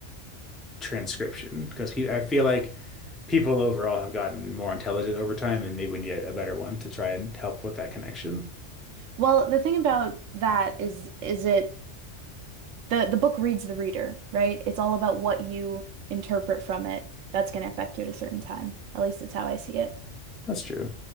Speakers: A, in the centre; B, on the right (about 85°).
A: transcription because pe I feel like people overall have gotten more intelligent over time, and maybe we need a better one to try and help with that connection.
B: Well, the thing about that is, is it the the book reads the reader, right? It's all about what you interpret from it that's going to affect you at a certain time. At least that's how I see it.
A: That's true.